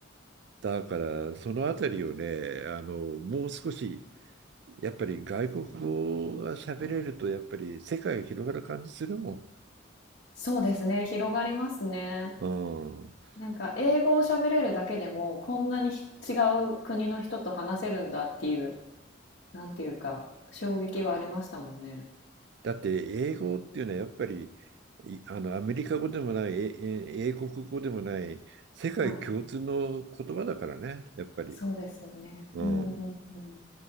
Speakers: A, on the right; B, on the left.
A: だからそのあたりをね、あのもう少しやっぱり外国語が喋れるとやっぱり世界が広がる感じするも
B: そうですね、広がりますね。
A: ん。うん
B: なんか英語を喋れるだけでも、こんなにひ違う国の人と話せるんだっていう、なんていうか、衝撃はありましたもんね。
A: だって英語っていうのはやっぱりいあのアメリカ語でもない、ええ英国語でもない、世界共通の言葉だからね、
B: はい。
A: やっぱり。
B: そうですよね。
A: うん。
B: うんうんうん。